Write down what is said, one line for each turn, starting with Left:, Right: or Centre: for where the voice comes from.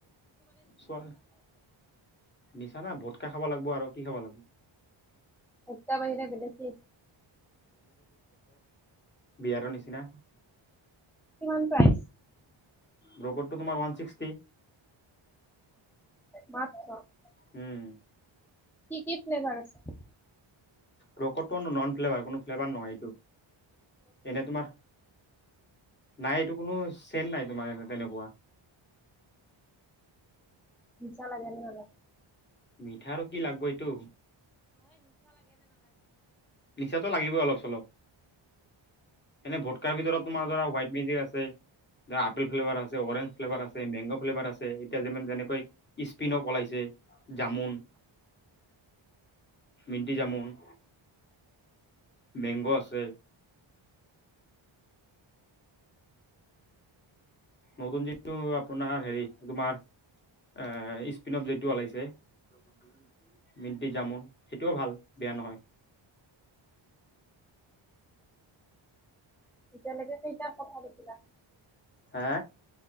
Left: ছোৱালি নিচানা ভটকা খাব লাগিব আৰু। কি খাব লাগিব?
Centre: এইদুটা বাহিৰে বেলেগ?
Left: বিয়াৰ নিচিনা
Centre: কিমান প্ৰাইজ?
Left: ব্ৰকটটো তোমাৰ ওৱান ছিক্সটি
Centre: <inaudible> <unintelligible>
Left: উম।
Centre: কি কি ফ্লেভাৰ আছে?
Left: ৰ'কটটোনো নন ফ্লেভাৰ কোনো ফ্লেভাৰ নহয় এইটো। এনে তোমাৰ নাই এইটো কোনো চেণ নাই তোমাৰ এনে তেনেকুৱা।
Centre: নিচা লাগে নে নালাগে?
Left: <inaudible> মিঠা আৰু কি লাগিব এইটো। নিচাটো লাগিবই অলপ চলপ, এনে ভোটকাৰ ভিতৰত তোমাৰ ধৰা হোৱাট মেজিক আছে। যে এপেল ফ্লেভাৰছে অৰেঞ্ ফ্লেভাৰ আছে। মঙ্গো ফ্লেভাৰ আছে এতিয়া যে যেনেকৈ স্পিছে পিনেপলাইছে জাপা মিনটি জামন মেংগ' আছে নতুন যিটো আপোনাৰ হেৰি তোমাৰ এ স্পিনত মিণ্টি জামুন সেইটোও ভাল বেয়া নহয়
Centre: তেতিয়া লৈকে এতিয়া কথা পতিলা
Left: হে